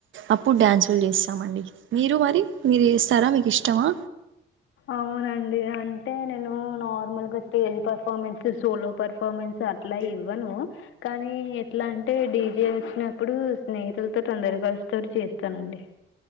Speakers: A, on the right; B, on the left.
A: అప్పుడు డ్యాన్సులు చేస్తామండి మీరు మరి మీరు చేస్తారా మీకు ఇష్టమా
B: అవునండి అంటే నేను నార్మల్గా stage performance solo performance so అట్లా ఇవ్వను కానీ ఎట్లా అంటే డీజే వచ్చినప్పుడు స్నేహితులతో తొందర గర్ల్స్ తోటి చేస్తానండి